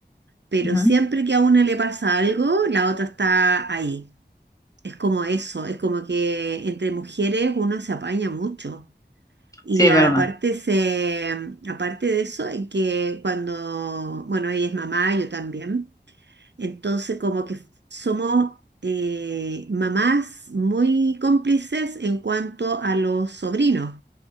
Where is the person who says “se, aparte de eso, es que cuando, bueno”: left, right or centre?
Right